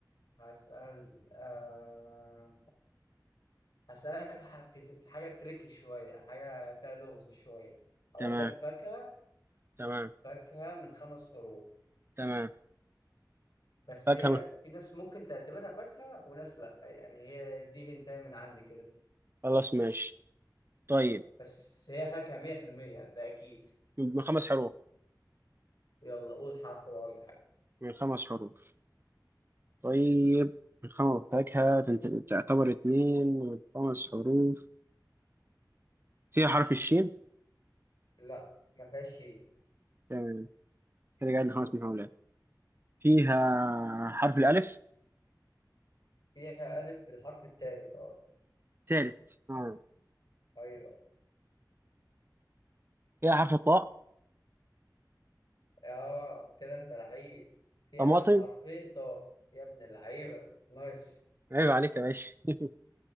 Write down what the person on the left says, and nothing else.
هسأل آه... هسألك في ح- في- في حاجة تريكي شوية حاجة فيها لغز شوية أقول
لك فاكهة
فاكهة من خمس حروف
بس
هي في ناس ممكن تعتبرها فاكهة وناس لأ يعني هي دي هنتاي من عندي كده
يلا بس هي فاكهة مية في المية ده أكيد
يلا قول حرف بقى ولا حاجة
لأ ما فيهاش شيء
فيها ألف بالحرف التالت أه
أيوه
آه كده أنت لعيب فيها
حرفين طاء يا ابن اللعيبة نايس